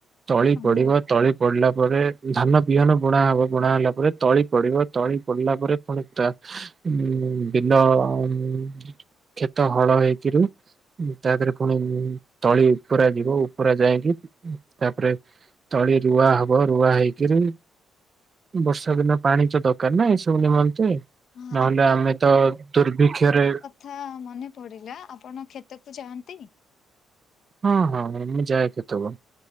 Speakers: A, on the right; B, on the left.
A: ତଳି
B: ଆମର
A: ପଡିବ। ତଳି ପଡିଲା ପରେ ଧାନ ବିହନ ବୁଣା ହବ ବୁଣା ହେଲା ପରେ ତଳି ପଡିବ ତଳି ପଡିଲା ପରେ ଣ ଉ ଦିନ କ୍ଷେତ ହଳ ହେଇକରୁ। ତାପରେ ପୁଣି ତଳି ଉପରା ଯିବ ଉପରା ଯାଇକି ତାପରେ ତଳି ରୁଆ ହବ ରୁଆ ହେଇକିରି ବର୍ଷା ଦିନ ପାଣି ତ ଦରକାର ନା ଏ ସବୁ ନିମନ୍ତେ।
B: ହଁ
A: ନହେଲେ ଆମେ ତ ଦୁର୍ଭିକ୍ଷରେ
B: ଥା ମନେ ପଡିଲା ଆପଣ କ୍ଷେତକୁ ଯାଆନ୍ତି?
A: ହଁ ହଁ ମୁଁ ଯାଏ କ୍ଷେତ କୁ।